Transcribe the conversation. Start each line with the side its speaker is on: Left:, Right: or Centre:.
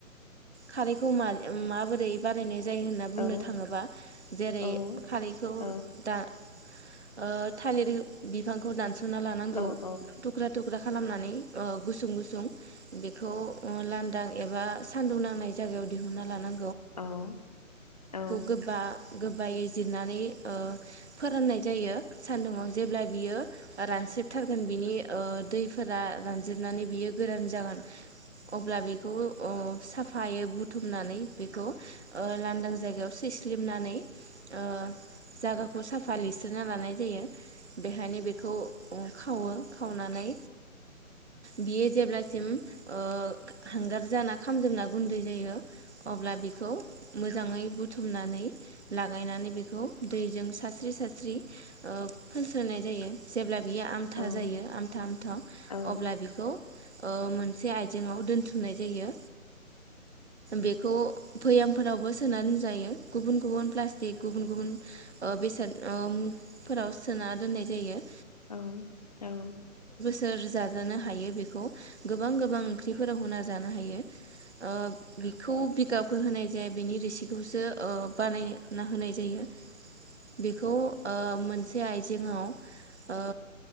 Right: खारैखौ मा माबोरै बानायनाय जायो होनना बुंनो
Left: औ
Right: थाङोबा जेरै
Left: औ
Right: खारैखौ
Left: औ
Right: दा ओ थालिर बिफांखौ दानस' ना लानांगौ
Left: औ औ
Right: थुख्रा थुख्रा खालामनानै ओ गुसुं गुसुं बेखौ ओ लान्दां एबा सान्दुं नां नाय जायगायाव दिहुनना लानां
Left: औ औ
Right: गोबा गोबायै जिरनानै ओ फोराननाय जायो सान्दुुंआव जेब्ला बियो रानस्रेबथारगोन बिनि ओ दैफोरा रानजोबनानै बियो गोरान जागोन अब्ला बिखौ ओ सा हायो बुथुमनानै बेखौ ओ लांदां जायगायाव सैस्लिबनानै ओ जागाखौ साफा लि <unintelligible> लानाय जायो बेहायनो बेखौ ओ खावो खावनानै बियो जेब्लासिम ओ हांगार जाना खामजोबना गुन्दै जायो अब्ला बेखौ मोजाङै बु थुमनानै ला लागायनानै बेखौ दैजों सारस्रि सारस्रि ओ फोनस्रोननाय जायो जेब्ला बियो आमथा
Left: औ औ
Right: जायो
Left: औ
Right: आमथा आमथा
Left: औ
Right: अब्ला बिखौ ओ मोनसे आइजेंआव दोनथुमनाय जायो बेखौ भैयामफोरावबो सोना दिनजायो गुबुन गुबुन प्लास्टिक गुबुन गुबुन ओ बेसाद ओ फोराव सोना दोननाय जायो
Left: औ औ
Right: सोर जाजानो हायो बेखौ गोबां गोबां ओंख्रिफोराव होना जानो हायो ओ बिखौ बिगाब होनाय जाया बेनि रोसिखौसो ओ बानायना होनाय जायो बेखौ ओ मोन बे आइजेङाव ओ